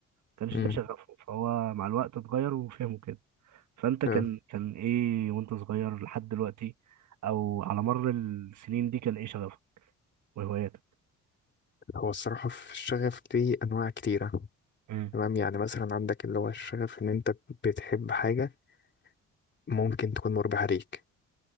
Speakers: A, on the right; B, on the left.
A: كانش
B: امم
A: ده شغفه فهو مع الوقت اتغير وفهمه كده فانت
B: نعم.
A: كان كان ايه وانت صغير لحد دلوقتي او على مر السنين دي كان ايه شغفك وهواياتك
B: هو الصراحة في الشغف دي أنواع كتيرة
A: مم.
B: تمام يعني مثلا عندك اللي هو الشغف إن أنت بتحب حاجة ممكن تكون مربحة ليك